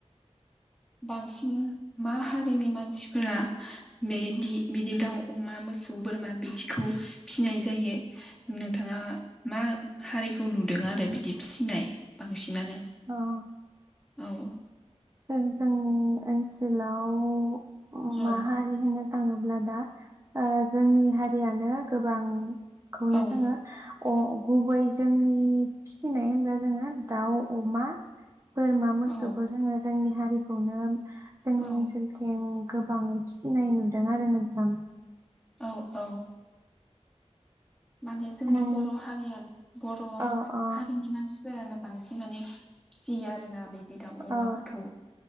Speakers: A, in the centre; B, on the right.
A: बांसिन मा हारिनि मानसिफोरा बेदि बिदि दाउ अमा मोसौ बोरमा बिदिखौ फिसिनाय जायो नोंथाङा मा हारिखौ नुदों आरो बिदि फिनाय बांसिनानो
B: औ
A: औ।
B: जों ओन सोलाव उम
A: औ
B: माहारि होनो थाङोब्ला दा ओ जोंनि हारियानो गोबां खौनो
A: औ
B: जोङो अ गुबै जोंनि फिसिनाय होनब्ला जोङो दाउ, अमा, बोरमा, मोसौखो
A: औ
B: जोङो जोंनि हारिखौनो जोंनि
A: औ
B: ओनसोलथिं गोबां फिसिनाय नुदों आरो नोंथां।
A: औ औ माने जोंनि
B: नों
A: बर'हारिया बर'
B: औ औ
A: हारिनि मानसि फोरानो बांसिन माने फिसियो आरो ना बे बिदि दाउ
B: औ
A: अमाफोरखौ